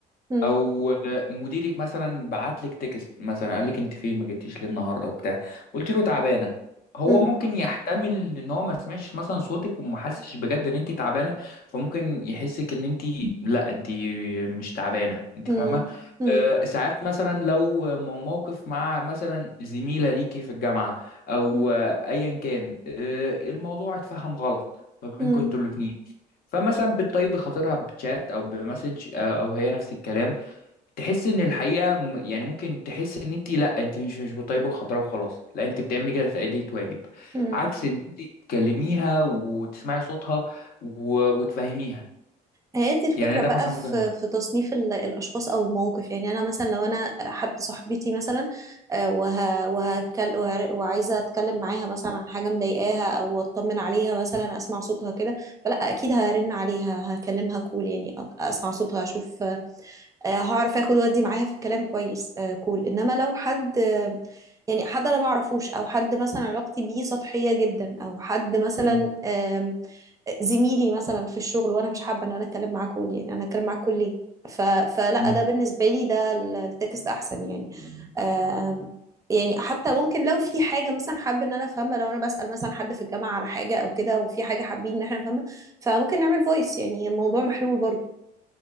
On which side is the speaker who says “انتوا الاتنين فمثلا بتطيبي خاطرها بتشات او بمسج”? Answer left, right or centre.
Left